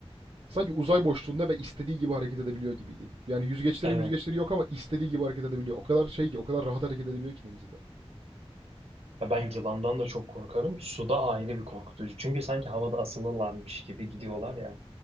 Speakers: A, on the right; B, on the right.
A: Sanki uzay boşluğunda ve istediği gibi hareket edebiliyor gibiydi. Yani yüzgeçleri
B: Evet.
A: yüzgeçleri yok ama istediği gibi hareket edebiliyor. O kadar şey ki o kadar rahat hareket edebiliyor ki denizde.
B: Ya Ben yılandan da çok korkarım. Suda ayrı bir korkutucu. Çünkü sanki havada asılırlarmış gibi gidiyorlar ya.